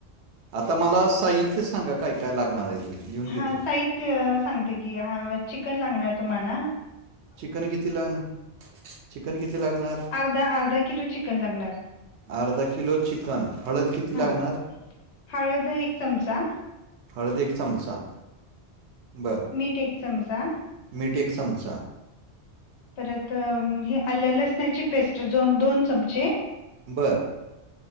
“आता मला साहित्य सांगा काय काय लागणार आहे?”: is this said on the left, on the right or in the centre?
Right